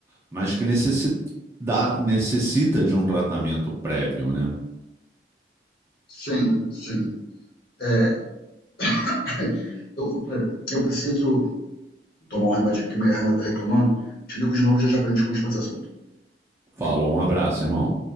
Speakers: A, on the right; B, on the left.
A: mas que necessita, necessita de um tratamento prévio, né?
B: sim, sim. É, <laughs> eu, eu preciso tomar um remédio que minha irmã tá reclamando. Te ligo de novo já já pra gente continuar esse assunto.
A: Falou, um abraço, irmão.